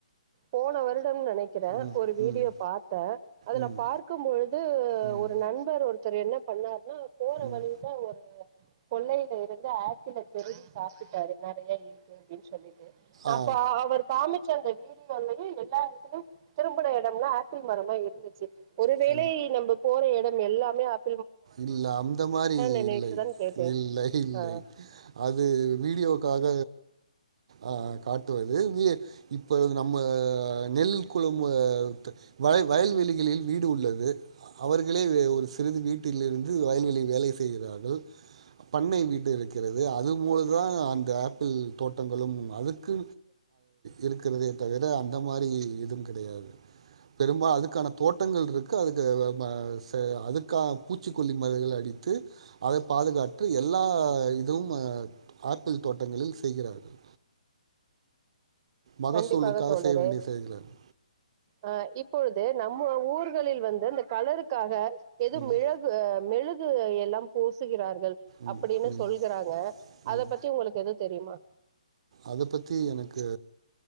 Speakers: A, on the right; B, on the right.
A: போன வருஸ் சம்னு நெனக்கிறேன்
B: ம்,
A: ஒரு வீடியோ
B: ம்,
A: பார்த்தே அதுல
B: ம்,
A: பார்க்கும்பொழுது
B: ம்,
A: ஒரு நண்பர் ஒரு த்தர் என்ன பண்ணாருன்னு போற
B: ம்.
A: வழில ஒரு கொல்லைல இரு வந்து ஆப்பிளை திருடி சாப்பிட்டாரு நெறய க்கு அப்டினு சொல்லி
B: ஆ.
A: அப்ப அவர் காமிச்ச அந்த வீடி சுத்தி வந்துட்டு எல்லா எடத்துலயு திரும்புன எடம்லா ஆப்பிள் மரமா இருந்துச்சி ஒருவேளை
B: ம்.
A: நம்ப போற எடத் எல்லாமே ஆப்
B: இல்ல அந்த மாரி
A: நினைத்துதான்
B: இல்லை
A: கேட்டேன்
B: இல்லை இல்லை
A: ஆ
B: அது வீடியோக்காக அ காட்டுவது வீ இப்ப அது நம்ம நெல் குளம் த் வய வயல்வெளிகளில் வீடு உள்ளது அவர்களே ஒரு சிறிது வீடு வீட்டில் இருந்து வயல்வெளியில் வேலை செய்கிறார்கள் பண்ணை வீட்டு இருக்கிறது அது போலதா அந்த ஆப்பிள் தோட்டங்களும் அதுக்கு இருக்கிறதே தவிர அந்த மாதிரி எதுவும் கிடையாது பெரும்பால் அதுக்கான தோட்டங்கள் இருக்கு அதுக்கு ச அதுக்கான பூச்சிக்கொல்லி மருந்துகள் அடித்து அத பாதுகாற்று எல்லா இதுவும் அஹ் ஆப்பிள் தோட்டங்களில் செய்கிறார்கள் மகசூலுக்காக
A: கண்டிப்பாக தோழரே
B: செய்ய வேண்டிய செய்கிறார்கள்
A: ஆ இப் இப்பொழுது நம்ம ஊர் ங்களில் வந்து அந்த கலருக்காக எதோ
B: ம்
A: மிழகு அ மெழுகு க்கு எல்லாம் பூசுகிறார் கள்
B: ம்
A: அப்டின்னு
B: ம்
A: சொல்கிறாங்க
B: ம்
A: அத பத்தி உங்களுக்கு எது தெரிமா
B: அத பத்தி எனக்கு